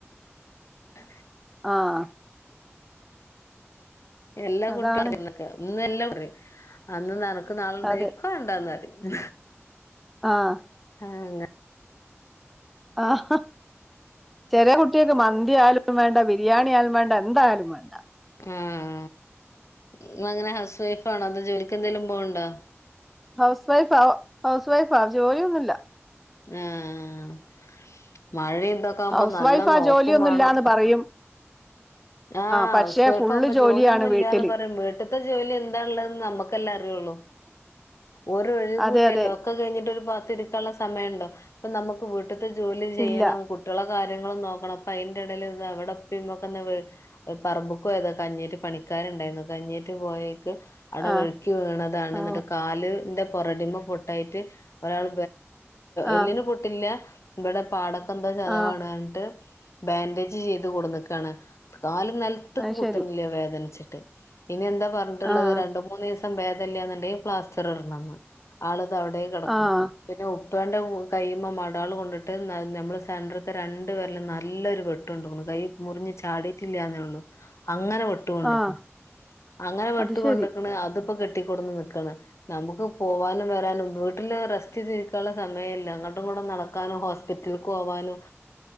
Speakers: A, on the left; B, in the centre.
A: ആ
B: ആഹ്
A: എല്ലാ
B: അതാണ്
A: കുട്ടി <unintelligible> ന്ന് എല്ലാ പറയും അന്ന് നനക്ക് നാള ഇണ്ടായി
B: അതെ
A: ഇക്ക് വേണ്ടാന്ന് പറയും
B: ആഹ്
A: ആ ഹ് അങ്ങ
B: ആഹ ചെറിയ കുട്ടിയക്ക് മന്തിയാലും വേണ്ട ബിരിയാണി ആയാലും വേണ്ട എന്തായാലും വേണ്ട
A: ആഹ് ങ്ങള് അങ്ങനെ ഹൗസ് വൈഫ് ആണോ എന്തെ ജോലിക്ക് എന്തേങ്കലും പോവണ്ടോ
B: ഹൗസ് വൈഫ് ആ ഹൗസ് വൈഫ് ആ ജോലിയൊന്നുംുമല്ല
A: ആഹ് മഴയും ഇതൊക്കെ ആകുമ്പോ
B: ഹൗസ്
A: നല്ലോം
B: വൈഫാ
A: നോക്കും
B: ജോലിയൊന്നുമില്ലാന്ന്
A: വേണം
B: പറയും
A: ആഹ്
B: പക്ഷെ
A: ഹൗസ് വൈഫ്
B: ഫുള്ള്
A: ആവുമ്പോ
B: ജോലിയാണ്
A: ജോലിയൊന്നും ഇല്ലന്ന്
B: വീട്ടില്
A: പറയും വീട്ടിത്തെ ജോലി എന്താ ഉള്ളത് ന്ന് നമുക്കല്ലെ അറിയുള്ളൂ ഒരു ഒഴിവൂലല്ലോ
B: അതെ അതെ
A: ഒക്കെ കഴിഞ്ഞിട്ട് ഒരു ഭാഗത്തിരിക്കാനുള്ള സമയണ്ടോ അപ്പൊ നമുക്ക് വീട്ടത്തെ ജോലി ചെയ്യണം
B: ഇല്ല
A: ട്ടാളെ കാര്യങ്ങളും നോക്കണം അപ്പം അതിൻ് ഇടയിൽ ഇത് അവിടെപ്പൊക്കെ ഒരു പറമ്പുക്ക് പോയതാ കഞ്ഞേറ്റ് പണിക്കാരുണ്ടായിരുന്നു കഞ്ഞേറ്റ് പോയേക്ക് അവിടെ
B: ആഹ്
A: വെഴുക്കി വീണതാണ്
B: ആഹ്
A: എന്നിട്ട് കാലിന്റെ പുൊറടിമ പൊട്ടായിട്ട് ഒരാൾ
B: ആഹ്
A: എല്ലിന് പൊട്ടില്ല ഇവിടെ പാടൊക്കെ എന്തോ ചതവാണ്
B: ആഹ്
A: പറഞ്ഞിട്ട് ബാൻഡേജ് ചെയ്ത് കൊടുുന്നക്കാണ് കാല് നിലത്തക്ക്
B: അത്
A: കൂത്തുന്നില്ല
B: ശരി
A: വേദനിച്ചിട്ട് ഇനി എന്താ പറഞ്ഞിട്ടുള്ളത്
B: ആഹ്
A: രണ്ട് മൂന്ന് ദിവസം ഭേദല്ലയാെന്നുണ്ടെങ്കിൽ പ്ലാസ്റ്റർ ഇടണംന്ന് ആളിത് അവിടെ കിടക്കണു
B: ആഹ്
A: പിന്നെ ഉപ്പേൻ് കഴിയുമ്പോൾ മടകൾ കൊണ്ടിട്ട് നമ്മൾ സെൻററത്തെ രണ്ട് വെരെലും നല്ലൊരു വെട്ട് കൈ മുറിഞ് ചാടിയിട്ടില്ലന്നേ ഉള്ളൂ അങ്ങനെ വെട്ട് ട്ട് കൊണ്ട്ക്ക്ണ്
B: ആഹ്
A: അങ്ങനെ വെട്ട്
B: അത് ശരി
A: കൊണ്ട്ക്ക്ണ് അതിപ്പോ കെട്ടിക്കൊടുന്ന് നിക്കാണ്. നമുക്ക് പോവാനും വരാനും വീട്ടില് റെസ്റ്റ് തിരിക്കാനുള്ള സമയല്ല അങ്ങോട്ടും ഇങ്ങോട്ടും നടക്കാനും ഹോസ് - പ്പിറ്റൽ ക്ക് പോവാനും